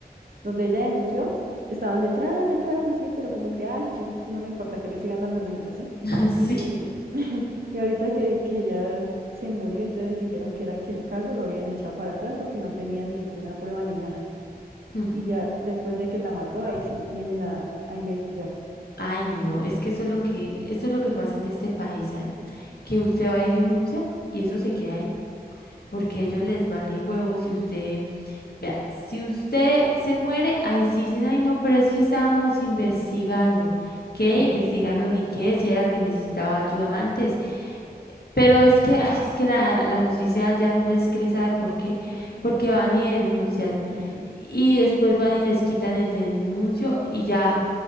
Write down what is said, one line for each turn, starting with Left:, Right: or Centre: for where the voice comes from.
Right: donde ella denunció, estaban detrás del caso, así, pero como que, ay, que no me importa que le sigan dando en la jeta, así.
Left: <laughs> Sí.
Right: Y, <laughs> y ahorita que, que ya se murió, entonces dijeron que era que el caso lo habían echado para atrás porque no tenían ninguna prueba ni nada.
Left: Mm.
Right: Y ya después de que la mató, ahí sí vienen a, a investigar.
Left: Ay, no, es que eso es lo que, esto es lo que pasa en este país, ¿sabe? Que usted va y denuncia y eso se queda ahí, porque a ellos les vale huevo si usted, vea, si usted se muere, ahí sí dicen, ay, no, pero es que estábamos investigando. ¿Qué?
Right: Sí.
Left: Investigando ni qué, si era que necesitaba ayuda antes. Pero es que, ay, es que la, la justicia ya no les cree, ¿sabe por qué? Porque van y denuncian
Right: ujú.
Left: y después van y les quitan el denuncio y ya.